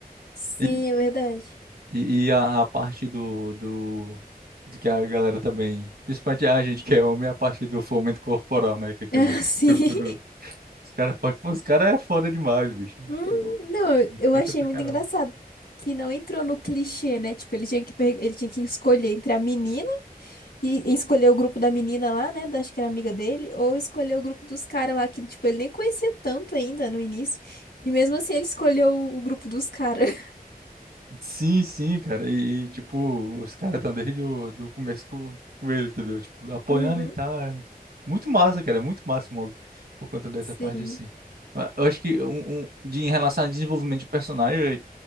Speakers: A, on the left; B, on the right.
A: Sim,
B: E,
A: é verdade.
B: e, e a, a parte do, do, de que a galera também, principalmente a gente que é homem, a parte do fomento corporal, né? Que é aquele
A: <laughs> sim.
B: grupo do. Os caras fortes, pô, os caras é foda demais, bicho.
A: Hum,
B: Eu,
A: não, eu
B: eu
A: eu
B: gosto
A: achei
B: pra
A: muito
B: caramba.
A: engraçado. Que não entrou no clichê, né? Tipo, ele tinha que, per- ele tinha que escolher entre a menina E e escolher o grupo da menina lá, né? da- Acho que era amiga dele, ou escolher o grupo dos caras lá, que, tipo, ele nem conhecia tanto ainda no início. E mesmo assim ele escolheu o o grupo dos caras. <laughs>
B: Sim, sim, cara. E, e, tipo, os caras estão desde o do começo com, com ele, entendeu? Tipo, apoiando
A: Uhum.
B: e tal. é Muito massa, cara. É muito massa o mob por conta dessa
A: Sim.
B: parte assim. Mas Eu acho que um, um- de, em relação a desenvolvimento de personagem, é